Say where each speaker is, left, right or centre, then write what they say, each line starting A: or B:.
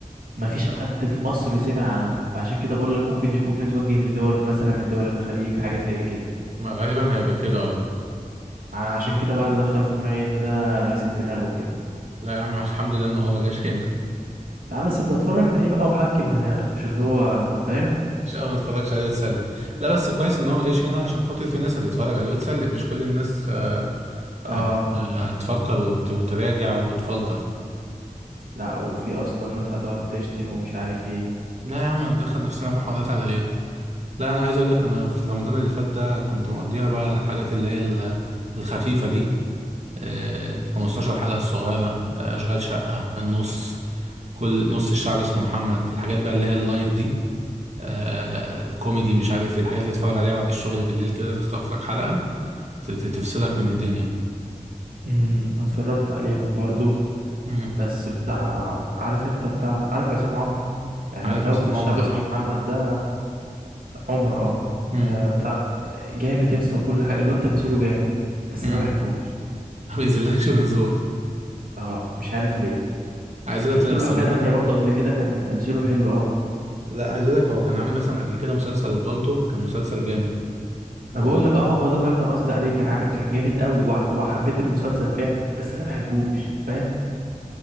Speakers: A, on the right; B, on the right.
A: ما
B: وفي
A: فيش
B: الاخر
A: حد في مصر سمع عنه فعشان كده بقول لك ممكن يكون متوجه لدول مثلا من دول الخليج حاجة زي كده
B: ما غالبا هيبقى كده اه
A: عشان كده بقى اللي دخله في دماغي ان ده غسيل دماغ وكده
B: لا يا عم الحمد لله ان هو ما جاش هنا
A: لا بس تتفرج عليه بقى وحكم دماغك مش اللي هو فاهم
B: مش اه ما اتفرجش عليه وتسلم لا بس كويس ان هو ما جاش هنا عشان خاطر في ناس هتتفرج عليه وتسلم مش كل الناس آه،
A: اه
B: هت- هتفكر وت- وتراجع وتفلتر
A: لا وفي اصلا ناس هتقعد تشتم ومش عارف ايه
B: لا يا عم دخل نفسنا في حوارات على ايه لا انا عايز اقول لك انا في رمضان اللي فات ده كنت مقضيها بقى الحاجات اللي هي ال- الخفيفة دي آه، ال 15 حلقة الصغيرة آه، اشغال شقة النص كل نص الشعب اسمه محمد الحاجات بقى اللي هي اللايت دي آه، الكوميدي مش عارف ايه الحاجات اللي تتفرج عليها بعد الشغل بالليل كده تخطف لك حلقة ت- ت- تفصلك من الدنيا
A: امم اتفرجت عليهم برضو
B: امم
A: بس بتاع عارف انت بتاع عارف عصام عمرو يعني
B: عارف
A: انت عارف
B: عصام
A: الشعب
B: عمر
A: اسمه
B: اه
A: محمد ده عمر اه
B: امم
A: آه، بتاع جامد يا اسطى وكل حاجه الواد تمثيله جامد بس
B: امم <laughs>
A: انا بحبوش
B: ما بينزلكش منظور
A: اه مش عارف ليه
B: عايز اقول
A: شفت
B: لك لا
A: له
B: بس
A: حاجه
B: بامانه
A: تانية برضو قبل كده كان تمثيله حلو قوي
B: لا عايز اقول لك هو كان عامل مثلا قبل كده مسلسل البالتو كان مسلسل جامد
A: انا
B: و...
A: بقول لك اه هو ده اللي انا كان قصدي عليه كان عامل كان جامد قوي وع- وحبيت المسلسل فعلا بس انا بحبوش فاهم